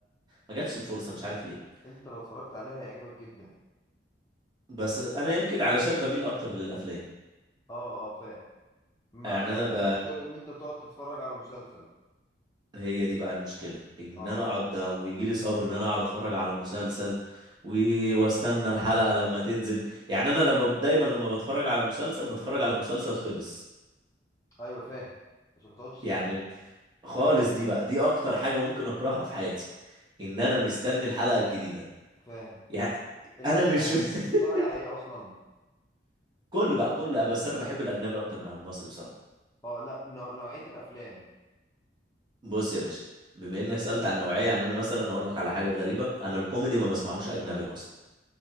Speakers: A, on the right (about 25°); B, on the left (about 20°).
A: ما جاتش الفرصة مش عارف ليه
B: انت لو اتفرجت عليها هيعجبك جدا
A: بس انا يمكن علشان بميل اكتر للافلام
B: اه اه فاهم ما
A: يعني انا
B: مالكش
A: ب...
B: شغل ان انت تقعد تتفرج على مسلسل
A: هي دي بقى المشكلة ان
B: اه
A: انا اقعد ويجي لي صبر ان انا اقعد اتفرج على مسلسل و... واستنى الحلقة لما تنزل يعني انا لما دايما لما بتفرج على مسلسل بتفرج على مسلسل خلص
B: ايوه فاهم عشان ما تقعدش تستنى
A: يعني خالص دي بقى دي اكتر حاجة ممكن اكرهها في حياتي ان انا مستني الحلقة الجديدة
B: فاهم
A: يعني
B: طب الافلام
A: انا مش
B: بتتفرج
A: <laughs>
B: على ايه اصلا
A: كل بقى كل بس انا بحب الاجنبي اكتر من المصري بصراحه
B: اه لا نوع- نوعية الافلام
A: بص يا باشا بما انك سالت عن نوعيه يعني انا مثلا هقول لك على حاجه غريبه انا الكوميدي ما بسمعوش اجنبي اصلا